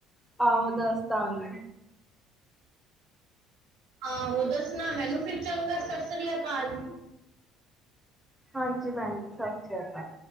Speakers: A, in the centre; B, on the right.
A: ਆਹੋ ਦੱਸਦਾ ਗੀ।
B: ਆਹੋ ਦੱਸਣਾ ਮੈਨੂੰ ਫਿਰ ਚੰਗਾ, ਸਾਸਰੀਆ ਕਾਲ।
A: ਹਾਂਜੀ ਭੈਣ ਜੀ, ਸ਼ਾਸਰੀਆ ਕਾਲ।